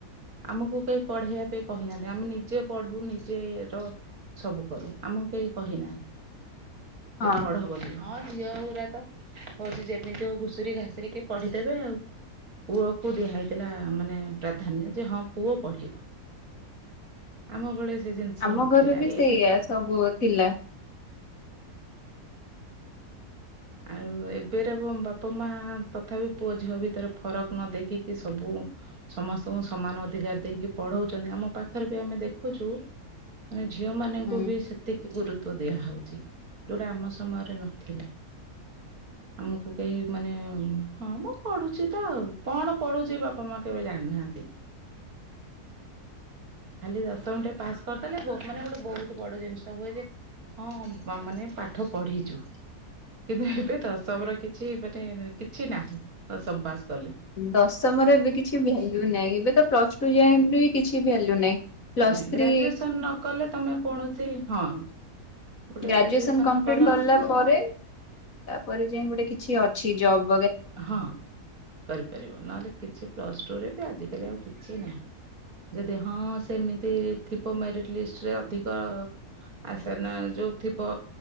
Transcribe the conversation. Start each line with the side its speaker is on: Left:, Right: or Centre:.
Right: ଆମକୁ କେହି ପଢେଇବା ପାଇଁ କହିନାହାନ୍ତି ଆମେ ନିଜେ ପଢୁ ନିଜେ ର ସବୁ କରୁ ଆମକୁ କେହି କହିନାହାନ୍ତି
Left: ହଁ
Right: ଯେ ପଢ ବୋଲି, ହଁ ଝିଅ ପୁରା ତ ହଉଛି ଯେମିତି ହଉ ଘୁସୁରି ଘାସରିକି ପଢିଦେବେ ଆଉ ପୁଅ କୁ ଦିଆ ହେଇଥିଲା। ମାନେ ପ୍ରାଧାନ୍ୟ ଯେ -ହଁ ପୁଅ ପଢିବ ଆମ ବେଳେ ସେ ଜିନିଷ
Left: ଆମ
Right: ନଥିଲା
Left: ଘରେ ବି
Right: ଏବେ
Left: ସେଇଆ ସବୁ ଥିଲା
Right: ଆଉ ଏବେର ବାପା ମା ତଥାପି ପୁଅ ଝିଅ ଭିତରେ ଫରକ ନ ଦେଖିକି ସବୁ ସମା ସମସ୍ତଙ୍କୁ ସମାନ ଅଧିକାର ଦେଇକି ପଢଉଛନ୍ତି ଆମ ପାଖରେ ବି ଆମେ ଦେଖୁଛୁ ମାନେ ଝିଅ ମାନଙ୍କୁ
Left: ହୁଁ।
Right: ବି ସେତିକି ଗୁରୁତ୍ୱ ଦିଆ ହଉଛି ଯୋଉଟା ଆମ ସମୟରେ ନଥିଲା। <inaudible> ଆମକୁ କେହି ମାନେ, ହଁ ମ ପଢୁଛି ତ ଆଉ, କଣ ପଢୁଛି ବାପା ମା କେବେ ଜାଣିନାହାନ୍ତି। ନାହାନ୍ତି। ଖାଲି ଦଶମ ଟେ ପାସ୍ କରିଦେଲେ ବହୁ, ମାନେ ଗୋଟେ ବହୁତ ବଡ ଜିନିଷ ହୁଏ ଯେ ହଁ ମାନେ ପାଠ ପଢିଛୁ। କିନ୍ତୁ ଏବେ ତ ଦଶମ ର କିଛି ମାନେ କିଛି ନାହିଁ ଦଶମ ପାସ୍। କଲେ
Left: ଦଶମର ଏବେ କିଛି ଭାଲ୍ଯୁ ନାହିଁ, ଏବେ ତ ପ୍ଲସ ଟୁ ଯାଏ କିଛି ଭାଲ୍ୟୁ ନାହିଁ। ପ୍ଲସ୍
Right: ନାଇ
Left: ଥ୍ରୀ
Right: ଗ୍ରାଜୁଏସନ ନ କଲେ, ତମେ କୌଣସି ହଁ ଗୋଟେ
Left: ଗ୍ରାଜୁଏସନ କମ୍ପ୍ଲିଟ
Right: କଲ
Left: କଲା ପରେ, ତାପରେ ଯାଏଁ ଗୋଟେ କିଛି ଅଛି -ଜବ
Right: ହଁ କରିପାରିବ ନହେଲେ କିଛି ପ୍ଲସ୍ ଟୁରେ ବି ଆଜିକାଲି ଆଉ କିଛି ନାହିଁ ଯଦି ହଁ ସେମିତି ଥିବ ମେରିଟ ଲିଷ୍ଟରେ ଅଧିକ। ଆ ସେନା ଯୋଉ ଥିବ